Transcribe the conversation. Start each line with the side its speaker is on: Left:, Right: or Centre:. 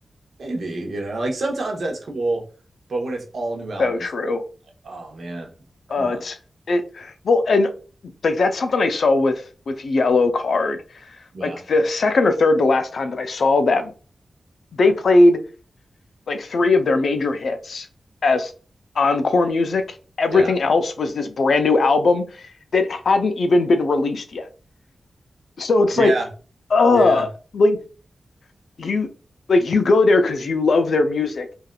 Right: maybe, you know, like sometimes that's cool, but when it's all new albums,
Left: So true.
Right: like, oh man, come
Left: Uh,
Right: on.
Left: it's it well and like that's something i saw with with yellow card
Right: Yeah.
Left: like the second or third to last time that i saw them they played like three of their major hits as encore music everything
Right: Yeah.
Left: else was this brand new album that hadn't even been released yet so it's
Right: Yeah.
Left: like, uh,
Right: Yeah.
Left: like you like you go there because you love their music,